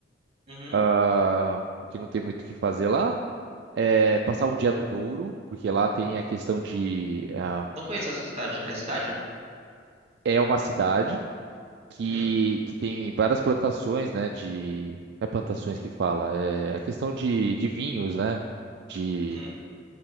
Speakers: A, on the right; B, on the right.
A: uhum.
B: ah, porque não tem muito o que fazer lá. Eh, passar um dia no Douro, porque lá tem a questão de. ah,
A: Não conheço essa cidade. É cidade?
B: é uma cidade que,
A: Uhum,
B: que tem várias plantações, né? De. Não é plantações que fala, é a questão de, de vinhos, né? de
A: uhum.